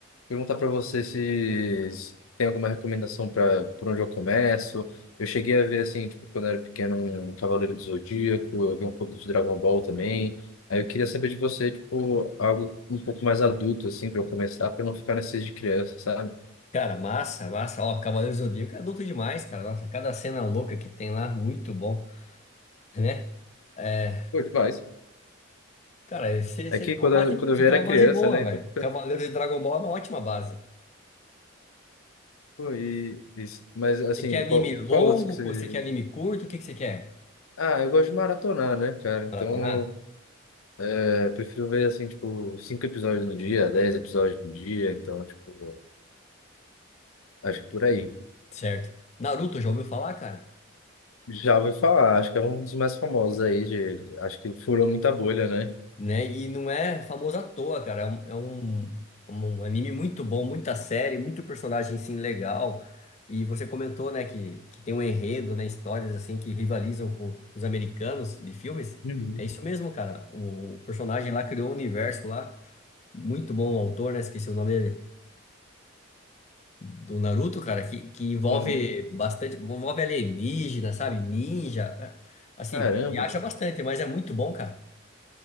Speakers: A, on the left; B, on the left.
A: Perguntar para você se se tem alguma recomendação para por onde eu começo. Eu cheguei a ver, assim, tipo, quando eu era pequeno, um Cavaleiro do Zodíaco, eu vi um pouco de Dragon Ball também. Aí eu queria saber de você, tipo, algo um pouco mais adulto, assim, para eu começar, para não ficar nesses de criança, sabe?
B: Cara, massa, massa. Ó, Cavaleiros do Zodíaco é adulto demais, cara. Nossa, cada cena louca que tem lá, muito bom, né? É,
A: Pô, demais.
B: cara, você
A: É
B: você
A: que
B: tem
A: quando
B: uma base,
A: eu, quando
B: você
A: eu vi
B: tem
A: era
B: uma
A: criança,
B: base boa,
A: né?
B: velho.
A: Então,
B: Cavaleiros e Dragon Ball é uma ótima base.
A: pô, e, e- mas, assim,
B: Você quer anime
A: qual,
B: longo?
A: qual outro que você.
B: Você quer anime curto? O que que você quer?
A: Ah, eu gosto de maratonar, né, cara? Então.
B: Maratonar?
A: É, prefiro ver, assim, tipo, cinco episódios no dia, dez episódios no dia, então, tipo, acho que por aí.
B: Certo. Naruto, já ouviu falar, cara?
A: Já ouvi falar, acho que é um dos mais famosos aí, de, acho que furou muita bolha, né?
B: né? E não é famoso à toa, cara. É um, é um, é um anime muito bom, muita série, muito personagem sim legal. E você comentou, né, que, que tem um enredo, né, histórias assim que rivalizam com, com os americanos de filmes.
A: Uhum.
B: É isso mesmo, cara. O, o personagem lá criou um universo lá, muito bom o autor, né? Esqueci o nome dele. Do Naruto, cara, que, que envolve
A: Uhum.
B: bastante, envolve alienígena, sabe? Ninja. né? Assim,
A: Caramba!
B: viaja bastante, mas é muito bom, cara.